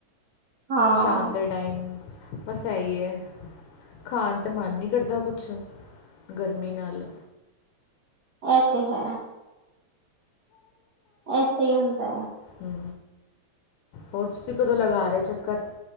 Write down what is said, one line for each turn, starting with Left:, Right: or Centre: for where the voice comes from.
Right: ਹਾਂ
Left: ਸ਼ਾਮ ਦੇ ਟਾਈਮ ਬਸ ਏਈ ਐ, ਖਾਣ ਤੇ ਮਨ ਨੀ ਕਰਦਾ ਕੁਛ ਗਰਮੀ ਨਾਲ
Right: ਏਤੇ ਹੈ ਇਸਤੇ ਹੀ ਹੁੰਦਾ ਹੈ।
Left: ਹੂੰ ਹੋਰ ਤੁਸੀਂ ਕਦੋਂ ਲਗਾ ਰਹੇ ਹੋ ਚੱਕਰ?